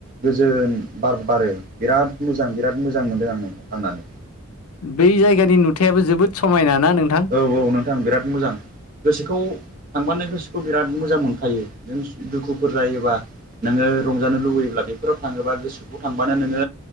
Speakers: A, on the right; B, on the left.
A: गोजोन बार बारो बिराद मोजां बिराद मोजां मोनदों आं नोंथां थांनानै
B: बै जायगानि नुथायाबो जोबोद समायना ना नोंथां
A: औ औ नोंथां बिराद मोजां गोसोखौ थांबानो गोसोखौ बिराद मोजां मोनखायो नों दुखुफोर जायोबा नोङो रंजानो लुबैयोब्ला बेफोराव थाङोबा गोसोखौ थांबानो नोङो